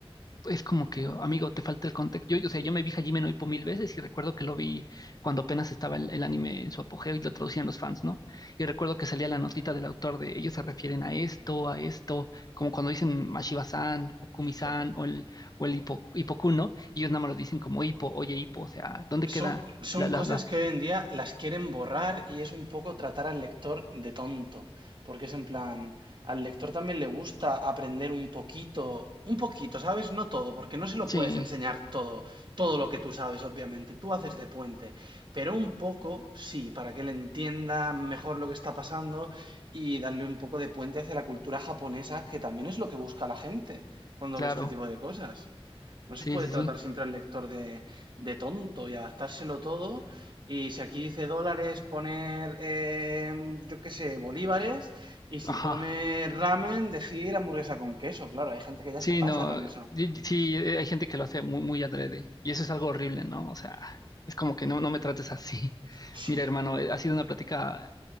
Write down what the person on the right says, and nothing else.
claro.
Son, son
cosas
que hoy en día las quieren borrar y es un poco tratar al lector de tonto, porque es en plan, al lector también le gusta aprender un poquito, un poquito, ¿sabes? No todo, porque no se lo
puedes enseñar todo, todo lo que tú sabes, obviamente, tú haces de puente, pero un poco, sí, para que él entienda mejor lo que está pasando y darle un poco de puente hacia la cultura japonesa, que también es lo que busca la gente cuando
ve este tipo de cosas. No se
puede
tratar
siempre al lector de de tonto y adaptárselo todo. Y si aquí dice dólares, poner, eh, yo qué sé, bolívares. Y si
pone ramen, decir hamburguesa con queso. Claro, hay gente que ya
se pasa
con eso.
Sí,